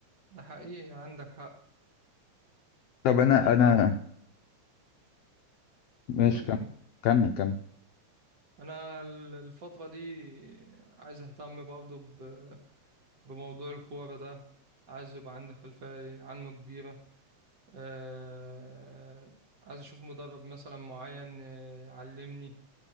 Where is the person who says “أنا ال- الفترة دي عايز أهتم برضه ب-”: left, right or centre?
Right